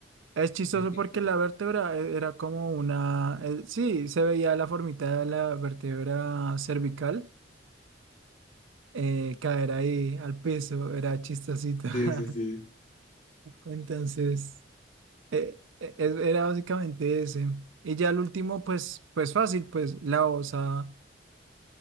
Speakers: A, on the right (about 80°); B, on the left (about 40°).
A: Es chistoso
B: <laughs>
A: porque la vértebra e- era como una... eh, Sí, se veía la formita de la vértebra cervical eh, caer ahí al piso. Era chistosito.
B: Sí, sí, sí.
A: <laughs> Entonces, eh, e- e- era básicamente ese. Y ya el último, pues, pues fácil, pues la osa.